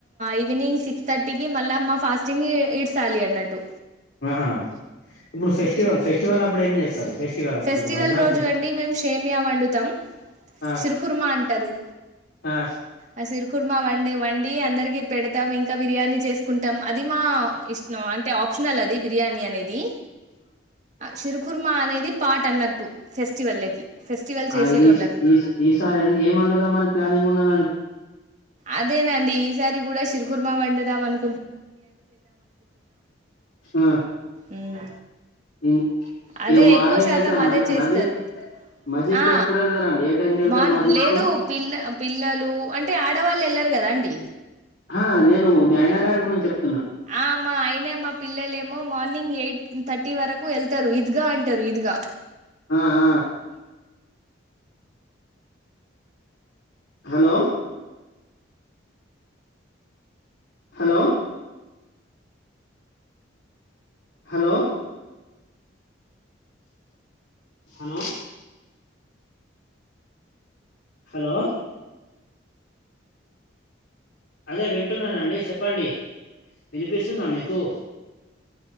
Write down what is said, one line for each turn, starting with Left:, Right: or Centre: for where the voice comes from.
Right: ఈవినింగ్ సిక్స్ థర్టీకిి మళ్ళ మా ఫాస్టింగ్ ఇడ్సాలి అ నటు
Left: ఆహ ఇప్పుడు ఫెస్టివల్ ఫెస్ట్ ట్యువల్ అప్పుడు ఏం చేస్తారు ఫెస్టివల్ అప్పుడు
Right: ఫెస్టివల్
Left: ఇప్పుడు రంజాన్
Right: రోజు
Left: ఫె
Right: అండి మేము షేమియా వండుతాం
Left: ఆ
Right: సిరుకుర్మా అంటారు
Left: ఆ
Right: ఆ సిిరుకుర్మా వండె వండి అందరికి పెడతాం ఇంకా బిర్యానీ చేసుకుంటాం అది మా ఇష్ నో అంటే ఆప్షనల్ అది బిర్యాని అనేది సిరుఖుర్మ అనేది పాట్ అన్నట్టు ఫెస్టివల్కి ఫెస్టివల్ చేసేటోళ్ళలకు
Left: ఆ ఈ సి ఈ సారి ఏం వండుదామని ప్లానింగ్ ఉన్నారు
Right: అదేనండి ఈసారి కూడ సిరిఖుర్మ వండు త్యామను
Left: హ
Right: మ్మ్.
Left: ఇ
Right: అదే
Left: ఇగ మార్నింగ్
Right: ఎక్కువ శాతం
Left: లేచ్చా
Right: అదే చేస్తారు
Left: మజీద్ మజీద్కి
Right: ఆ
Left: ఎప్పుడు వెళ్తారా అండి ఏ టైంకి వెళ్తారు
Right: మార్
Left: మజీద్
Right: లేదు
Left: కు
Right: పిల్ల పిల్లలు అంటే ఆడవాళ్ళు వెళ్ళరు కదా అండి
Left: ఆ నేను మీ ఆయన గారి గురించి చెప్
Right: ఆ మా అయనే మా పిల్లలే మ మార్నింగ్ ఎయిట్ థర్టీ వరకు వెళ్తారు ఇద్గా అంటారు ఇద్ గా
Left: ఆ ఆ hello hello hello hello hello అదే వింటున్నానండి చెప్పండి వినిపిస్తుందా మీకు